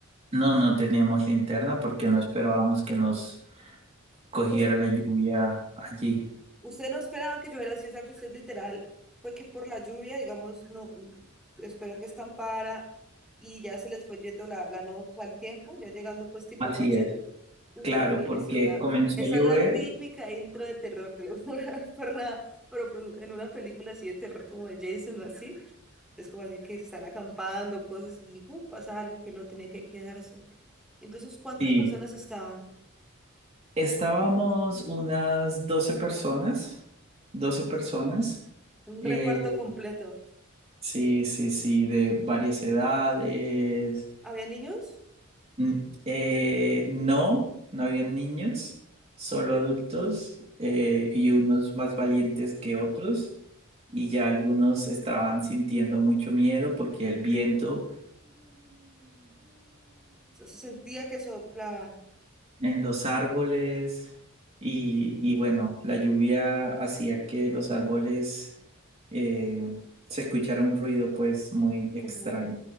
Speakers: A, on the right (about 30°); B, in the centre.
A: No, no teníamos linterna porque no esperábamos que nos cogiera
B: Pues
A: la lluvia allí.
B: Ustedes no esperaban que lloviera así, o sea que usted literal fue que por la lluvia, digamos, no esperó que escampara y ya se les fue yendo la, la no, o sea, el tiempo, ya llegando pues tipo
A: Así
B: noche.
A: es,
B: Uy,
A: claro, porque
B: esa es la,
A: comenzó
B: esa
A: a llover
B: es la típica intro de terror, te lo juro, <laughs> por nada. Pero pues, en una película así de terror como de Jason o así, es como así que están acampando, cosas y uh, pasa algo que no tienen que quedarse. Entonces, ¿cuántas
A: y
B: personas estaban?
A: estábamos unas doce personas, 12 personas,
B: Un
A: eh,
B: reparto completo.
A: sí, sí, sí, de varias edades
B: ¿Había niños?
A: Mm, eh, no, no habían niños, solo adultos eh, y unos más valientes que otros y ya algunos estaban sintiendo mucho miedo porque el viento
B: se se sentía que soplaba.
A: en los árboles y, y bueno, la lluvia hacía que los árboles eh, se escuchara un ruido pues muy extraño.
B: Ujú.